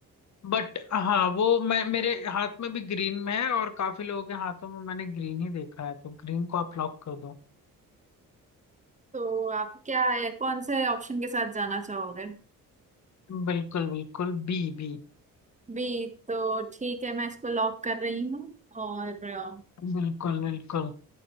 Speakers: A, on the left (about 50°); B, on the right (about 20°).
A: बट हाँ वो मैं मेरे हाथ में भी ग्रीन में है और काफी लोगों के हाथों में मैंने ग्रीन ही देखा है तो ग्रीन को आप लॉक कर दो
B: तो आप क्या है कौन से ऑप्शन के साथ जाना चाहोगे
A: बिल्कुल बिल्कुल बी बी
B: बी तो ठीक है मैं इसको लॉक कर रही हूँ और अ,
A: बिल्कुल बिल्कुल